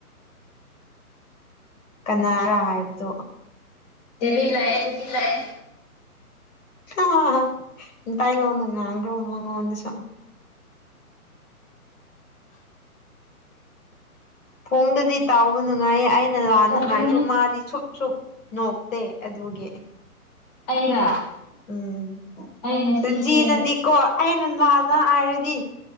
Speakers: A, on the left; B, on the left.
A: ꯀꯅꯥꯔ ꯍꯥꯏꯕꯗꯣ
B: ꯑꯗꯨꯦꯕꯤ ꯂꯥꯛꯑꯦ ꯑꯗꯨꯕꯤ ꯂꯥꯛꯑꯦ
A: ꯑ ꯇꯥꯏꯒ ꯋꯥꯉ ꯑꯒ꯭ꯔꯣ ꯎꯃꯉ ꯑꯣꯏ ꯆꯣ ꯐꯣꯡꯗꯗꯤ ꯇꯥꯎꯕ ꯅꯨꯡꯉꯥꯏꯌꯦ ꯑꯩꯅ ꯅ ꯂꯥꯟꯅ
B: ꯆꯠꯂꯨꯅꯦ
A: ꯍꯥꯏꯔꯁꯨ ꯃꯥꯗꯤ ꯁ ꯅꯣꯛꯇꯦ ꯑꯗꯨꯒꯤ
B: ꯑꯔ
A: ꯎꯝ
B: ꯉꯁꯤꯁꯦ
A: ꯇꯟꯖꯤ ꯅꯗꯤ ꯀꯣ ꯑꯩꯅ ꯉꯥꯅ ꯍꯥꯏꯔꯗꯤ